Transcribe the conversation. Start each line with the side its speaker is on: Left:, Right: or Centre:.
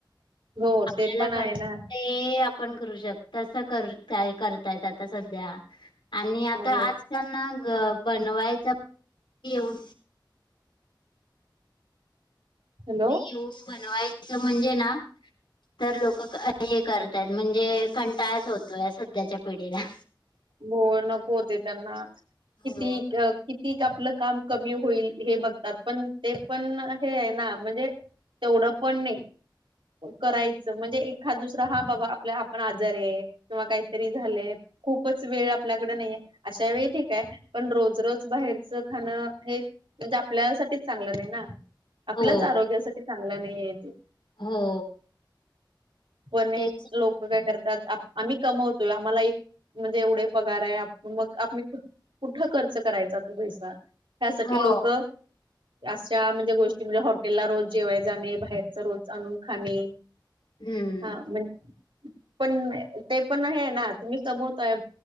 Right: हो
Left: आपल्याला
Right: ते पण आहे
Left: कं
Right: ना
Left: ते आपण करू शक तस करू शकतोय करतायेत आता सध्या, आणि आता
Right: हो
Left: आज मग बनवायच, येऊ
Right: हॅलो.
Left: <unintelligible> बनवायच म्हणजे ना तर लोक हे करतायत म्हणजे, कंटाळच होतोय सध्याच्या पिढीला.
Right: हो नको होते त्यांना, किती
Left: हो
Right: किती आपलं काम कमी होईल, हे बघतात. पण ते पण हे आहे ना म्हणजे तेवढं पण नई. करायचं. म्हणजे एखाद दुसरा हा बाबा आपल्या आपण आजार आहे किंवा काहीतरी झालेय खूपच वेळ आपल्याकडे नाहीये, अशा वेळी ठीकाय. पण रोज रज बाहेरचं खाणं हे म्हणजे आपल्यासाठीच चांगलं नाही ना, आपल्याच
Left: हो
Right: आरोग्यासाठी चांगलं नाही आहे ते.
Left: हो.
Right: पण एक
Left: तेच
Right: लोक काय करतात आम्ही कमवतोय, आम्हाला एक म्हणजे एवढे पगाराय मग आम्ही कुठं खर्च करायचा तो पैसा, ह्यासाठी
Left: हो
Right: लोक अशा म्हणजे गोष्टी म्हणजे हॉटेलला रोज जेवाय जाणे, बाहेरचा रोज आणून खाणे
Left: हम्म
Right: म्हण पण ते पण हे हाय ना, तुम्ही कमवताय.